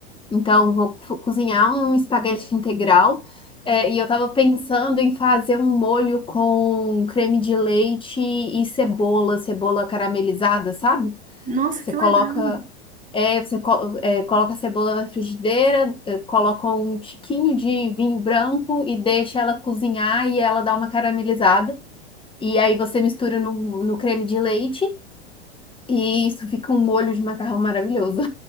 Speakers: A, on the left (about 15°); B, on the right (about 25°).
A: Então, eu vou co- cozinhar um espaguete integral. é, e eu tava pensando em fazer um molho com creme de leite e cebola, cebola caramelizada, sabe?
B: Nossa,
A: Você
B: que
A: coloca,
B: legal!
A: é, você co- é, coloca a cebola na frigideira, é, coloca um tiquinho de vinho branco e deixa ela cozinhar e ela dá uma caramelizada. E aí você mistura no, no creme de leite e isso fica um molho de macarrão maravilhoso.